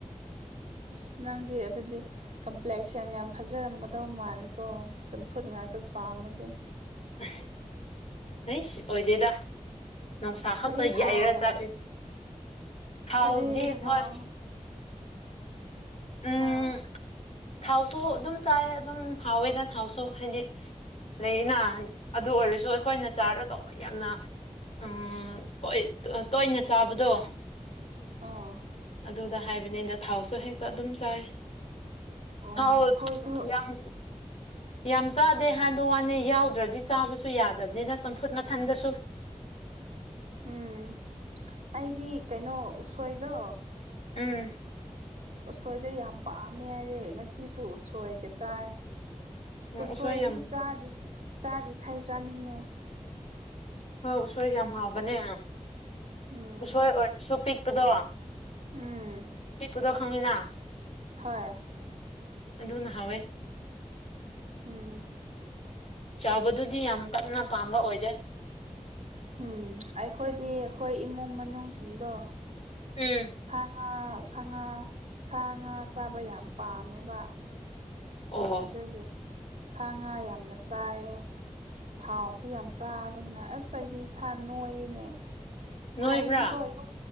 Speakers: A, on the right; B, on the left.
A: ꯑꯁ ꯅꯪꯗꯤ ꯑꯗꯨꯗꯤ ꯀꯝꯄ꯭ꯂꯦꯛꯁꯟ ꯌꯥꯝ ꯐꯖꯔꯝꯒꯗꯧ ꯃꯥꯜꯂꯦꯀꯣ ꯆꯝꯐꯨꯠ ꯉꯥꯛꯇ ꯄꯥꯝꯃꯗꯤ
B: <inaudible> ꯑꯩꯁ ꯑꯣꯏꯗꯦꯗ ꯅꯨꯡꯁꯥ
A: ꯑꯩꯈꯣꯏꯗꯤ
B: ꯈꯛꯇ
A: ꯊꯥꯎ
B: ꯌꯥꯏꯔ ꯆꯥꯀꯦ
A: ꯑꯩꯈꯣꯏꯗꯤ
B: ꯊꯥꯎꯗꯤ
A: ꯊꯥꯎ
B: ꯍꯣꯏ ꯎꯝ
A: ꯑꯥ
B: ꯊꯥꯎꯁꯨ ꯑꯗꯨꯝ ꯆꯥꯏ ꯑꯗꯨꯝ ꯍꯥꯎꯋꯦꯗ ꯊꯥꯎꯁꯨ ꯍꯥꯏꯗꯤ ꯂꯩꯅ ꯑꯗꯨ ꯑꯣꯏꯔꯁꯨ ꯑꯩꯈꯣꯏꯅ ꯆꯥꯔꯒ ꯌꯥꯝꯅ ꯑꯥ ꯒꯣꯏ ꯇꯣꯏꯅ ꯆꯥꯕꯗꯣ
A: ꯑꯥ
B: ꯑꯗꯨꯗ ꯍꯥꯏꯕꯅꯤꯅ ꯊꯥꯎꯁꯨ ꯍꯦꯛꯇ ꯑꯗꯨꯝ ꯆꯥꯏ
A: ꯑꯩꯈꯣꯏꯗꯣ
B: ꯊꯥꯎ ꯌꯥꯡ ꯌꯥꯝ ꯆꯥꯗꯦ ꯍꯥꯏꯕ ꯋꯥꯅꯤ ꯌꯥꯎꯗ꯭ꯔꯗꯤ ꯆꯥꯕꯁꯨ ꯌꯥꯗꯕꯅꯤꯅ ꯆꯝꯐꯨꯠ ꯃꯊꯟꯗꯁꯨ꯫
A: ꯎꯝ ꯑꯩꯗꯤ ꯀꯩꯅꯣ ꯎꯁꯣꯏꯗꯣ
B: ꯎꯝ
A: ꯎꯠꯁꯣꯏꯗꯣ ꯌꯥꯝ ꯄꯥꯝꯃꯦ ꯑꯩꯗꯤ ꯉꯁꯤꯁꯨ ꯎꯁꯣꯏꯒ ꯆꯥꯏ꯫
B: ꯎꯝ
A: ꯎꯁꯣꯏꯗꯤ
B: ꯎꯁꯣꯏ ꯌꯥꯝ
A: ꯆꯥꯔꯤ ꯆꯥꯔꯤꯈꯩ ꯆꯥꯅꯤꯡꯉꯦ꯫
B: ꯍꯣꯏ ꯎꯁꯣꯏ ꯌꯥꯝ ꯍꯥꯎꯕꯅꯦ
A: ꯎꯝ
B: ꯎꯁꯣꯏ ꯑꯣꯏꯔꯁꯨ ꯄꯤꯛꯄꯗꯣ
A: ꯎꯝ
B: ꯄꯤꯛꯄꯗꯣ ꯈꯪꯉꯦꯅ
A: ꯍꯣꯏ
B: ꯑꯗꯨꯅ ꯍꯥꯎꯋꯦ꯫
A: ꯎꯝ
B: ꯆꯥꯎꯕꯗꯨꯗꯤ ꯌꯥꯝ ꯀꯟꯅ ꯄꯥꯝꯕ ꯑꯣꯏꯗꯦ ꯫
A: ꯎꯝ ꯑꯩꯈꯣꯏꯗꯤ ꯑꯩꯈꯣꯏ ꯏꯃꯨꯡ ꯃꯅꯨꯡꯁꯤꯡꯗꯣ
B: ꯎꯝ
A: ꯁꯥ ꯉꯥ ꯁꯥ ꯉꯥ ꯁꯥ ꯉꯥ ꯆꯥꯕ ꯌꯥꯝ ꯄꯥꯝꯃꯦꯕ꯫
B: ꯑꯣ
A: ꯑꯗꯨꯒꯤ ꯁꯥ ꯉꯥ ꯌꯥꯝꯅ ꯆꯥꯏꯌꯦ꯫ ꯊꯥꯎꯁꯨ ꯌꯥꯝ ꯆꯥꯕꯅꯤꯅ ꯑꯁ ꯑꯩꯗꯤ ꯏꯁ ꯅꯣꯏꯅꯦ꯫
B: ꯅꯣꯏꯕ꯭ꯔꯥ
A: ꯑꯩꯗꯤꯀꯣ ꯌꯨꯝ